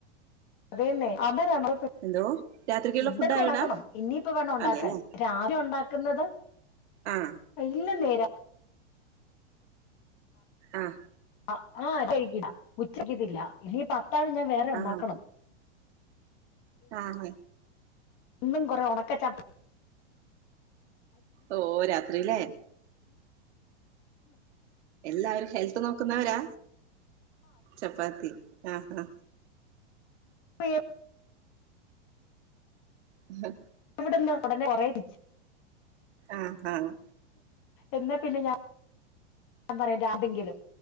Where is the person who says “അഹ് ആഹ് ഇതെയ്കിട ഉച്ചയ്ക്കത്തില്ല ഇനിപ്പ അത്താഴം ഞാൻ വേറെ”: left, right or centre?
Left